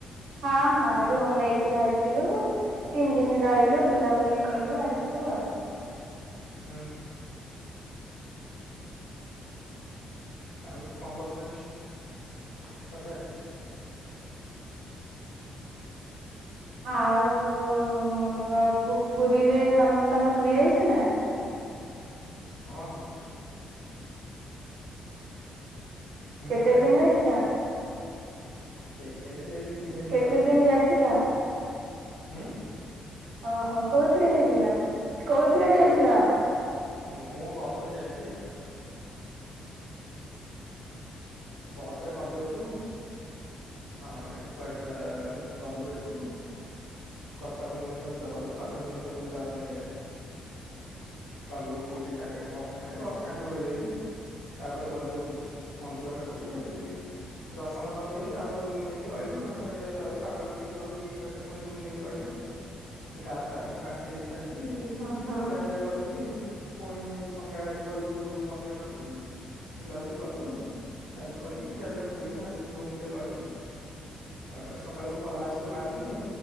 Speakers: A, on the right (about 70°); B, on the left (about 80°).
A: ହଁ ହଁ
B: ହୁଁ
A: ରୁମ୍ ନେଇକି ର ଥିଲୁ ତିନି ଦିନି ରହିଲୁ ବୁଲାବୁଲି କଲୁ ଆସିଲୁ ଆଉ।
B: ଉଁ ହୁଁ। ଆଉ କଣ <unintelligible> ପଚାରେ?
A: ଆଉ ମର ପୁ ପୁରୀରେ ତମେ ପୁରୀ ଯାଇଚ ନା?
B: ହଁ। ହୁଁ
A: କେତେ
B: ଯାଇଚି
A: ଦିନ
B: ପୁରୀ
A: ଯାଇଥିଲା
B: କେତେ ଯାଇ ଦି ତିନି ଦିନ
A: କେତେ
B: ରହିଥିଲି
A: ଦିନ ଯାଇଥିଲା?
B: ହୁଁ?
A: ଓହୋ କୋଉଥିରେ ଯାଇଥିଲା କୋଉଥିରେ ଯାଇଥିଲ?
B: ମୁଁ ବସ ରେ ଯାଇଥିଲି ଆଉ। ବସ ରେ ଗଲୁ ଏଠୁ ହଁ ଏଠୁ <unintelligible> ଗଲୁ ଏଠୁ। କଟକ ଭୁବନେଶ୍ୱର ଗଲୁ କଟକ ବଭୁବନେଶ୍ୱର ରୁ ତାପରେ ଗଲୁ ପୁରୀ ଡାରେକେଟ ବସ୍ ଷ୍ଠାଣ୍ଟେ ବସ୍ ଷ୍ଟାଣ୍ଟେ ରୁ ଓହ୍ଲେଇକି ତାପରେ ଗଲୁ ମନ୍ଦିର ପାଖକୁ ଏଠି ଦର୍ଶନ କରିଦେଇକି ତାପରେ ରୁମ ନେଇକି ରହିଲୁ ରୁମ ରେ ରହି ସକାଳୁ ଉଠିକି ଗଲୁ ବିଚ ପାଖରେ ପୁଣି ରୁମ ନେଇକି ରହିଲୁ। ଗା ଗାଧେଇ ସାରିକି
A: ହୁଁ ହୁଁ
B: ଖିଆ ପିଆ କରିକି ପୁଣି ସନ୍ଧ୍ୟା ବେଳକୁ ଗଲୁ ମନ୍ଦିର ପାଖକୁ ବୁଲାବୁଲି କଲୁ। କରିକି କିିଆ ପିଆ କରିକି ଆସିଲୁ ରୁମ ରେ ରହିଲୁ। ତାପରେ ସକାଳକୁ ପଳେଇ ଆସିଲୁ ବାହାରିକି